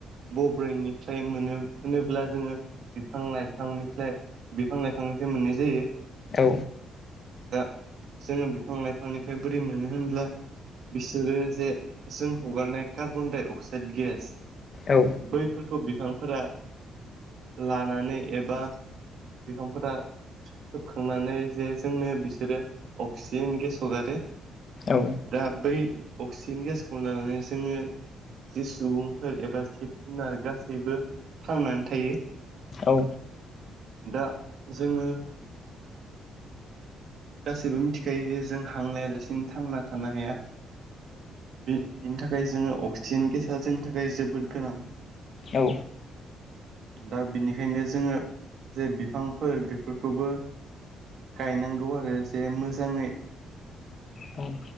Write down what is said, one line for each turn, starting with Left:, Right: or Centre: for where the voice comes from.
Right: बब्रैनिफ्राय मोनो होनोब्ला जोङो बिफां लाइफांनिफ्राय बिफां लाइफांनिफ्राय मोननाय जायो
Left: औ
Right: दा जोङो बिफां लाइफांनिफ्राय बोरै मोनो होनब्ला बिसोरो जे जों हगारनाय कार्बन डाइ अक्साइद गेस
Left: औ
Right: बैफोरखौ बिफांफोरा लानानै एबा बिफांफोरा सोबखांनानै जे जोंनो बिसोरो अक्सिजेन गेस हगारो
Left: औ
Right: दा बै अक्सिजेन गेसखौ लानानै जोङो जि सुबुंफोर एबा जिब जुनार गासैबो थांनानै थायो
Left: औ
Right: दा जोङो गासैबो मिथिखायो जे जों हांलायालासिनो थांना थानो हाया। बेनि थाखाय जोङो अक्सिजेन गेसा जोंनि थाखाय जोबोद गोनां
Left: औ।
Right: दा बिनिखायनो जोङो जे बिफांफोर बेफोरखौबो गायनांगौ आरो जे मोजाङै
Left: औ।